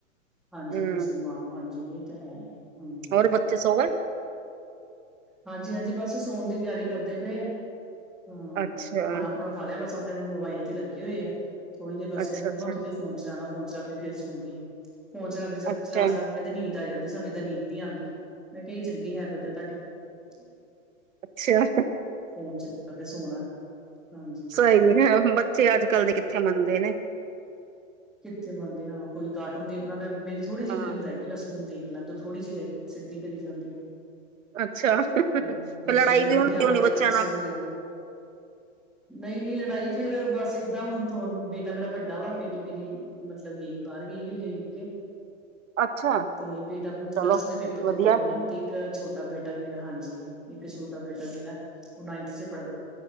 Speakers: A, in the centre; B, on the right.
A: ਹਾਂਜੀ
B: ਹਮ
A: ਮੁਸਲਮਾਨ ਹਾਂਜੀ ਇਹ ਤਾਂ ਹੈ ਹਮ
B: ਹੋਰ ਬੱਚੇ ਸੌਂ ਗਏ
A: ਹਾਂਜੀ ਹਾਂਜੀ ਬਸ ਸੋਣ ਦੀ ਤਿਆਰੀ ਕਰਦੇ ਪਏ ਆ ਹਾਂ
B: ਅੱਛਾ
A: ਖਾਣਾ ਖੁਣਾ ਖਾ ਲਿਆ ਬਸ ਆਪਣੇ ਮੋਬਾਈਲ ਤੇ ਲੱਗੇ ਹੋਏ ਆ ਥੋੜੇ ਜਿਹੇ ਬਸ
B: ਅੱਛਾ
A: ਕਹਿੰਦੇ ਮਮਾ
B: ਅੱਛਾ
A: ਥੋੜਾ ਜਿਹਾ ਫੋਨ ਚਲਾਉਣਾ ਫੋਨ ਚਲਾ ਕੇ ਫਿਰ ਸੁਣਦੇ ਹ ਆ ਫੋਨ ਚਲਾਉਂ
B: ਅੱਛਾ
A: ਚਲਾ ਚਲਾ ਕੇ ਕਹਿੰਦੇ ਨੀਂਦ ਆ ਜਾਂਦੀ ਸਾਨੂੰ ਏਦਾਂ ਨੀਦ ਨੀ ਆਉਂ ਮੈਂ ਕਿਹਾ ਚੰਗੀ ਹੈਬਿਟ ਆ ਤੁਹਾਡੀ ਹਮ
B: ਅੱਛਾ
A: ਫੋਨ ਚਲਾ ਕੇ ਸੋਣਾ ਹਾਂਜੀ
B: ਸਹੀ ਨ ਹੈ ਬੱਚੇ ਅੱਜ ਕੱਲ੍ਹ ਦੇ ਕਿੱਥੇ ਮੰਨਦੇ ਨੇ
A: ਕਿੱਥ ਮੰਨਦੇ ਹਾਂ ਕੋਈ ਕਾਰਟੂਨ ਦੇਖਣਾ ਮੈਂ ਮੇਰੀ ਥੋੜ੍ਹੀ ਜਿਹੀ
B: ਹਾਂ
A: ਫਿਲਮ ਰਗੀ ਬਸਮਨ ਦੀ ਲੈਂਦਾ ਥੋੜੀ ਜਿਹੀ ਰਗੀ ਸਿੱਧੀ ਜਾਂਦੇ ਆ
B: ਅੱਛਾ
A: ਹਮ
B: ਫਿਰ
A: ਕੋਸ਼ਿਸ਼
B: ਲੜਾਈ
A: ਹੁੰਦੀ
B: ਵੀ
A: ਗਿਆਰਾਂ
B: ਹੋਣੀ
A: ਵਜੇ
B: ਬੱਚਿਆਂ
A: ਤੱਕ
B: ਨਾਲ
A: ਸੋ ਜਾਣ ਨਹੀਂ ਨਹੀਂ ਲੜਾਈ ਫੇਿਰ ਬਸ ਏਦਾਂ ਹੁਣ ਬੇਟਾ ਮੇਰਾ ਵੱਡਾ ਵਾ ਬੇ ਕਿ ਮੇਰੀ ਮਤਲਬ ਗਈ ਬਾਹਰ ਗਈ ਹੋਈ ਆ ਯੂਕੇ
B: ਅੱਛਾ
A: ਤੇ ਬੇਟਾ ਆਪ
B: ਚਲੋ
A: ਪਲੱਸ ਟੂ ਦੇ ਪੇਪਰ ਦਿੱਤੇ
B: ਵਧੀਆ
A: ਉਹਨੇ ਤੇ ਇੱਕ ਛੋਟਾ ਬੇਟਾ ਮੇਰਾ ਹਾਂਜੀ ਇੱਕ ਛੋਟਾ ਬੇਟਾ ਮੇਰਾ ਉਹ ਨਾਈਨਥ ਚ ਪੜ੍ਹਦਾ